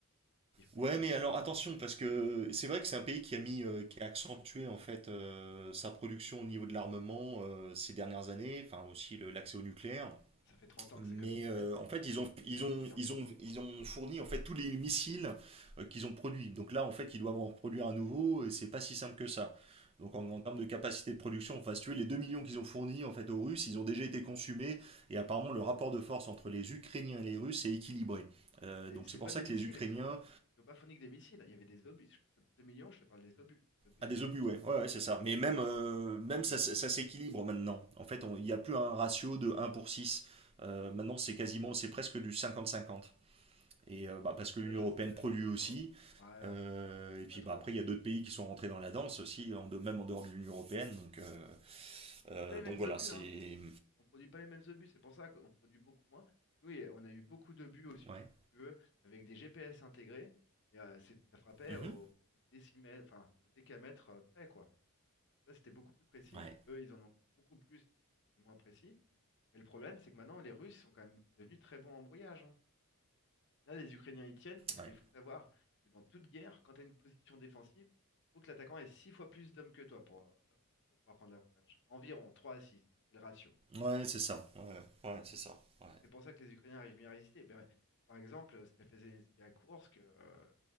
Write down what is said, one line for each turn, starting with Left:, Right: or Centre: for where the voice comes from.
Left: Ils fournissent
Right: Ouais,
Left: plus
Right: mais alors
Left: que nous.
Right: attention, parce que c'est vrai que c'est un pays qui a mis, euh, qui a accentué en fait euh, sa production au niveau de l'armement euh, ces dernières années, enfin aussi le- l'accès au nucléaire.
Left: Ça fait 30 ans
Right: Mais
Left: que c'est comme ça. En
Right: euh,
Left: fait,
Right: en fait, ils ont,
Left: on fait
Right: ils
Left: que produire.
Right: ont, ils ont, ils ont fourni en fait tous les missiles euh, qu'ils ont produits. Donc là, en fait, ils doivent en reproduire à nouveau et c'est pas si simple que ça. Donc en, en termes de capacité de production, enfin si tu veux, les 2 millions qu'ils ont fournis en fait aux Russes, ils ont déjà été consumés et apparemment le rapport de force entre les Ukrainiens et les Russes est équilibré. Euh,
Left: C'est
Right: donc
Left: c'est
Right: c'est
Left: pas
Right: pour ça
Left: des missiles
Right: que les Ukrainiens
Left: qu'ils ont. Ils n'ont pas fourni que des missiles. Il y avait des obus. Je- je- 2 millions, je te parle des obus. Les obus,
Right: Ah,
Left: ça
Right: des
Left: se reproduit
Right: obus, ouais,
Left: vite.
Right: ouais, ouais, c'est ça. Mais même, euh, même ça, ça- ça s'équilibre maintenant. En fait, on- il n'y a plus un ratio de un pour six Euh, maintenant, c'est quasiment, c'est presque du 50-50. Et euh, bah, parce que l'Union
Left: Ça, je
Right: européenne
Left: sais,
Right: produit
Left: je sais
Right: aussi.
Left: pas. Ouais,
Right: Euh,
Left: pff,
Right: et puis
Left: pas trop
Right: bah, après,
Left: quand
Right: il y
Left: même.
Right: a d'autres pays qui sont rentrés dans la danse aussi, en de, même en dehors de l'Union européenne. Donc, euh, euh,
Left: C'est pas les mêmes
Right: donc voilà,
Left: obus,
Right: c'est.
Left: hein. On produit pas les mêmes obus, c'est pour ça qu'on produit beaucoup moins. Nous, il y a- on a eu beaucoup d'obus aussi,
Right: Ouais.
Left: si tu veux, avec des GPS intégrés. Et euh, c'est- ça frappait
Right: Mhm.
Left: au, au décimètre, enfin au décamètre euh, près, quoi. Ça, c'était beaucoup plus précis.
Right: Ouais,
Left: Eux, ils en ont beaucoup plus, c'est moins précis. Mais le problème, c'est que maintenant, les Russes sont quand même devenus très bons en brouillage. hein. Là, les Ukrainiens y tiennent parce
Right: ouais.
Left: qu'il faut savoir que dans toute guerre, quand tu as une position défensive, il faut que l'attaquant ait six fois plus d'hommes que toi pour, euh, pour pouvoir prendre l'avantage. Environ 3 à 6, c'est le ratio.
Right: Ouais, c'est ça. Ouais, ouais, c'est ça. Ouais.
Left: Donc c'est pour ça que les Ukrainiens arrivent bien à résister. Ben, ouais, par exemple, ce qu'a fait Zelensky à Koursk, euh,